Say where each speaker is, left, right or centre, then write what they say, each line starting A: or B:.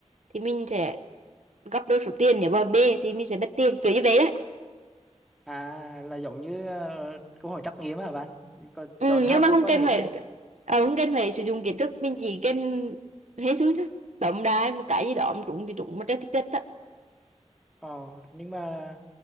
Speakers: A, on the right; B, in the centre.
A: thì mình sẽ gấp đôi số tiền nếu mà B thì mình sẽ mất tiền kiểu như vậy đấy
B: à là giống như ờ, câu hỏi trắc nghiệm à bạn Thì còn
A: ừ,
B: chọn hai
A: nhưng mà
B: câu
A: không
B: có
A: cần
B: thể
A: phải ờ, không cần phải sử dụng kiến thức mình chỉ cần hết sức thôi tổng đài một cái gì đó mà trúng thì trúng mà chết thì chết thôi
B: Ờ, nhưng mà